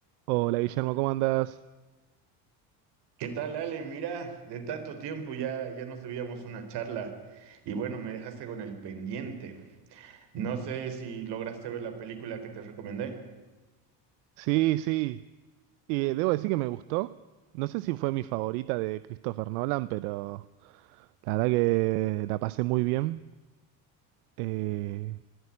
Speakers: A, on the right; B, on the right.
A: Hola Guillermo, ¿cómo andas?
B: ¿Qué tal, Ale? Mira, de tanto tiempo ya, ya nos debíamos una charla y bueno, me dejaste con el pendiente. No sé si lograste ver la película que te recomendé.
A: Sí, sí. Y eh, debo decir que me gustó. No sé si fue mi favorita de Christopher Nolan, pero la verdad que la pasé muy bien. Eh,